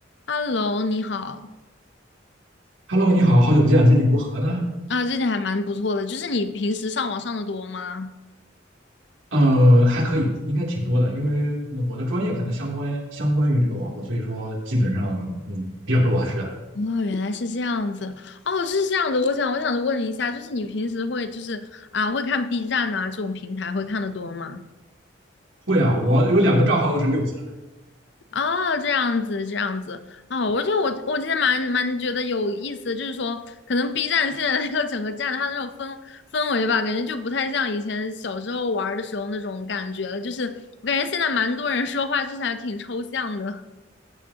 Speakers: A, on the left; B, on the right.
A: Hello，你好
B: Hello，你好，好久不见，最近如何呢？
A: 啊，最近还蛮不错的。就是你平时上网上的多吗？
B: 呃，还可以，应该挺多的，因为我的专业可能相关相关于这个网络，所以说基本上嗯比较多，是的。
A: 哦，原来是这样子。哦，是这样子。我想，我想问一下，就是你平时会就是啊，会看 B 站啊这种平台会看的多吗？
B: 会啊，我有两个账号都是六级了，
A: 哦，这样子，这样子。哦，我觉得我我今天蛮蛮觉得有意思的就是说可能 B 站现在 <laughs> 那个整个站它的那种氛氛围吧，感觉就不太像以前小时候玩儿的时候那种感觉了。就是我感觉现在蛮多人说话就是还挺抽象的。